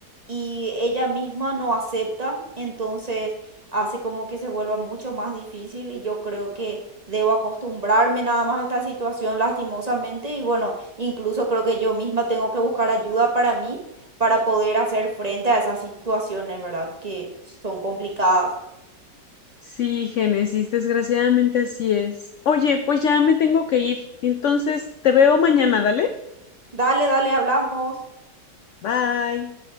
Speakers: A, on the right; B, on the left.
A: y ella misma no acepta, entonces hace como que se vuelva mucho más difícil y yo creo que debo acostumbrarme nada más a esta situación lastimosamente y bueno, incluso creo que yo misma tengo que buscar ayuda para mí para poder hacer frente a esas situaciones, ¿verdad? Que son complicadas.
B: Sí, Génesis, desgraciadamente así es. Oye, pues ya me tengo que ir, entonces te veo mañana, dale.
A: Dale, dale, hablamos.
B: Bye.